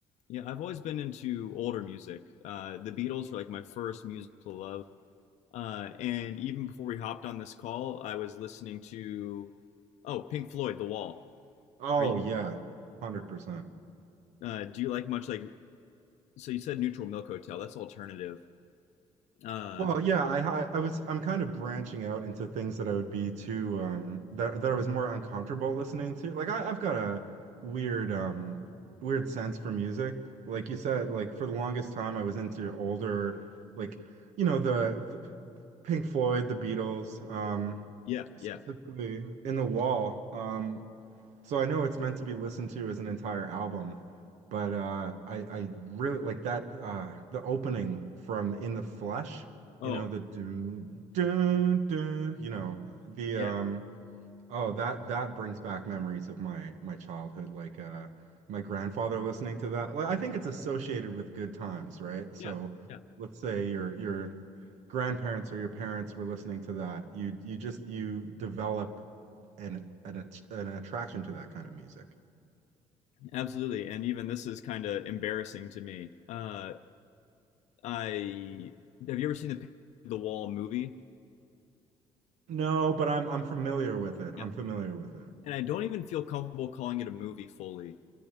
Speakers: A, on the left (about 80°); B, on the right (about 80°).
A: Yeah, I've always been into older music. Uh, the Beatles were like my first musical love. Uh, and even before we hopped on this call, I was listening to oh Pink Floyd, The Wall.
B: oh
A: Are you
B: yeah 100%
A: uh, do you like much like so you said Neutral Milk Hotel? That's alternative. Uh,
B: Well, yeah, I, I I was I'm kind of branching out into things that I would be too um that that I was more uncomfortable listening to. Like I, I've got a weird um weird sense for music. Like you said, like for the longest time I was into older like you know the, the Pink Floyd, the Beatles, um
A: yeah,
B: specifically
A: yeah.
B: In the Wall. Um so I know it's meant to be listened to as an entire album, but uh, I I really like that uh, the opening from In the Flesh, you
A: Oh,
B: know the do do do, you know the
A: yeah,
B: um Oh, that that brings back memories of my my childhood. Like uh my grandfather listening to that. Like I think it's associated with good times, right? So
A: yeah, yeah.
B: let's say your your grandparents or your parents were listening to that. You you just you develop an an att- an attraction to that kind of music.
A: Absolutely. And even this is kind of embarrassing to me. Uh, I have you ever seen the Pink- Floyd The Wall movie?
B: No, but I'm I'm familiar with it.
A: Yeah.
B: I'm familiar with it.
A: And I don't even feel comfortable calling it a movie fully.